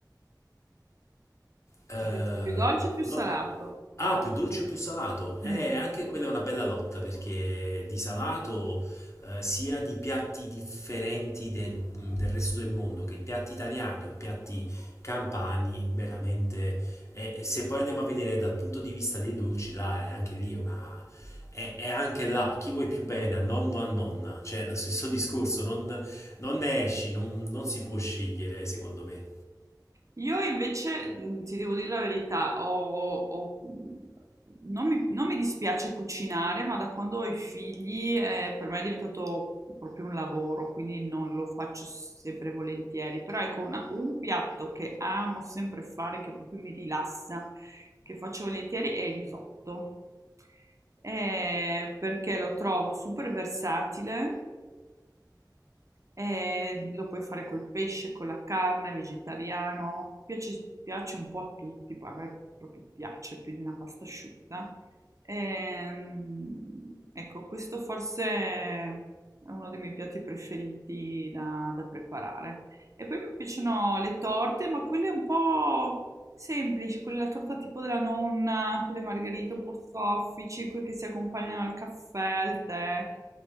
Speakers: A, on the left (about 40°); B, on the right (about 45°).
A: Eh,
B: Ti piace più dolce o più
A: no-
B: salato?
A: no- ah, più dolce o più salato? Eh,
B: Mm.
A: anche quella è una bella lotta perché di salato, eh, sia di piatti differenti de- del resto del mondo che piatti italiani o piatti campani, veramente. eh, se poi andiamo a vedere dal punto di vista dei dolci, là è anche lì una. È, è anche là chi vuoi più bene, a nonno o a nonna, cioè lo stesso <laughs> discorso, non, non ne esci, non non si può scegliere, secondo me.
B: Io invece, mh, ti devo dire la verità, ho- ho- ho- mh, non mi, non mi dispiace cucinare, ma da quando ho i figli, eh, per me è diventato proprio un lavoro, quindi non lo faccio sempre e volentieri. Però ecco, una- un piatto che amo sempre fare, che proprio mi rilassa, che faccio volentieri, è il risotto. Eh, perché lo trovo super versatile eh, lo puoi fare col pesce, con la carne, vegetariano, piace, piace un po' a tutti, poi a me proprio piace più di una pasta asciutta. Ehm, ecco, questo forse è uno dei miei piatti preferiti da, da preparare. E poi mi piacciono le torte, ma quelle un po' semplici, quelle la torta tipo della nonna, quelle margherite un po' soffici, quelle che si accompagnano al caffè, al tè.